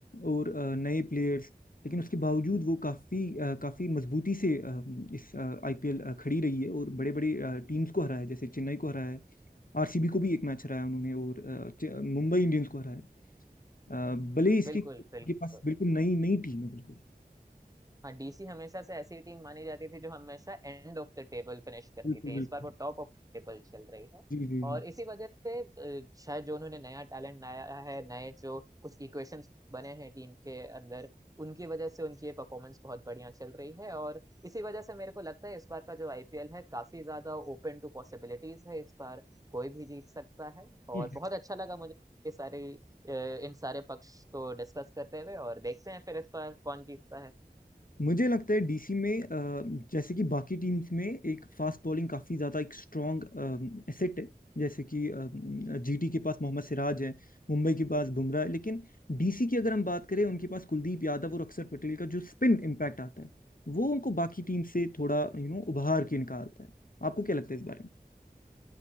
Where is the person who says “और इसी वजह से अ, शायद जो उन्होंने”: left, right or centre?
Right